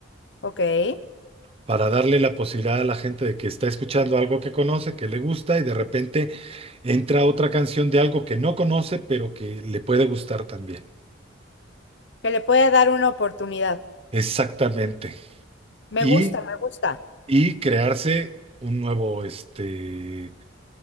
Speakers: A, on the left; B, on the right.
A: Ok, que
B: para darle la posibilidad a la gente de que está escuchando algo que conoce, que le gusta y de repente entra otra canción de algo que no conoce, pero que le puede gustar también.
A: le pueda dar una oportunidad.
B: Exactamente.
A: Me
B: Y,
A: gusta, me gusta.
B: y crearse un nuevo, este,